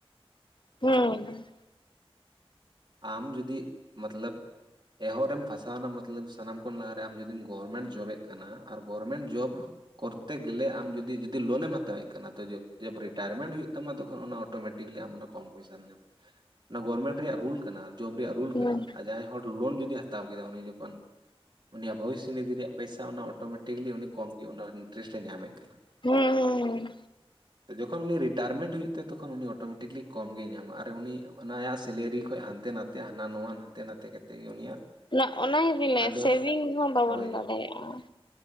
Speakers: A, on the left (about 50°); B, on the right (about 45°).
A: ᱦᱮᱸ
B: ᱟᱢ ᱡᱩᱫᱤ ᱢᱚᱛᱞᱚᱵᱼᱼ ᱮᱦᱚᱵ ᱨᱮᱢ ᱯᱷᱟᱥᱟᱣᱱᱟ ᱢᱚᱛᱞᱚᱵ ᱥᱟᱱᱟᱢ ᱠᱷᱚᱱ ᱞᱟᱦᱟ ᱨᱮ ᱟᱢ ᱡᱩᱫᱤᱢ ᱜᱚᱨᱢᱮᱱᱴ ᱡᱚᱵ ᱮᱫ ᱠᱟᱱᱟ ᱟᱨ ᱜᱚᱨᱢᱮᱱᱴ ᱡᱚᱵ ᱠᱚᱨᱛᱮ ᱜᱮᱞᱮ ᱟᱢ ᱡᱩᱫᱤ ᱡᱩᱫᱤ ᱞᱳᱱᱮᱢ ᱦᱟᱛᱟᱣ ᱮᱫ ᱠᱟᱱᱟ᱾ ᱛᱚ <unintelligible> ᱡᱟᱵ ᱨᱤᱴᱟᱭᱟᱨᱢᱮᱱᱴ ᱦᱩᱭᱩᱜ ᱛᱟᱢᱟ ᱛᱚᱠᱷᱚᱱ ᱚᱱᱟᱼᱼ ᱚᱴᱳᱢᱮᱴᱤᱠᱞᱤ ᱟᱢ ᱚᱱᱟ ᱠᱚᱢ ᱯᱚᱭᱥᱟᱢ ᱚᱱᱟ ᱜᱚᱵᱚᱨᱢᱮᱱᱴ ᱨᱮᱭᱟᱜ ᱨᱩᱞ ᱠᱟᱱᱟ ᱡᱚᱵ ᱨᱮᱭᱟᱜ ᱨᱩᱞ
A: ᱦᱩᱸ
B: ᱠᱟᱱᱟ ᱟᱨ ᱡᱟᱦᱟᱸᱭ ᱦᱚᱲ ᱞᱳᱱ ᱡᱩᱫᱤ ᱦᱟᱛᱟᱣ ᱠᱮᱫᱟ ᱩᱱᱤ ᱡᱚᱠᱷᱚᱱ ᱩᱱᱤᱭᱟᱜ ᱵᱷᱚᱵᱤᱥᱥᱚ ᱱᱤᱫᱷᱤᱭ ᱨᱮᱭᱟᱜ ᱯᱚᱭᱥᱟ ᱚᱱᱟ ᱚᱴᱳᱢᱮᱴᱤᱠᱮᱠᱞᱤ ᱩᱱᱤ ᱠᱚᱢ ᱜᱮ ᱚᱱᱟ ᱤᱱᱴᱟᱨᱮᱥ ᱮ ᱧᱟᱢᱮᱫ ᱠᱟᱱᱟ
A: ᱦᱮᱸ ᱦᱮᱸ ᱦᱮᱸ
B: ᱡᱚᱠᱷᱚᱱ ᱩᱱᱤ ᱨᱤᱴᱟᱭᱟᱨᱢᱮᱱᱴ ᱦᱩᱭᱩᱜ ᱛᱟᱭᱟ ᱛᱚᱠᱷᱚᱱ ᱩᱱᱤ ᱚᱴᱳᱢᱮᱴᱤᱠᱮᱠᱞᱤ ᱠᱚᱢ ᱜᱮᱭ ᱧᱟᱢᱟ ᱟᱨ ᱩᱱᱤ ᱚᱱᱟ ᱟᱭᱟᱜ ᱥᱮᱞᱨᱤ ᱠᱷᱚᱱᱚᱡ ᱦᱟᱱᱛᱮᱼᱼ ᱦᱟᱱᱛᱮ ᱱᱟᱛᱮ ᱦᱟᱱᱟ ᱱᱟᱣᱟ ᱦᱟᱱᱛᱮ ᱱᱟᱛᱮ ᱠᱟᱛᱮ ᱜᱮ ᱩᱱᱤᱭᱟᱜ
A: ᱚᱱᱟ ᱚᱱᱟ ᱜᱮᱵᱤᱱ <unintelligible>
B: ᱟᱫᱚ
A: ᱥᱮᱵᱤᱝ ᱦᱚᱸ ᱵᱟᱵᱚᱱ
B: ᱦᱳᱭ
A: ᱵᱟᱰᱟᱭᱼᱟ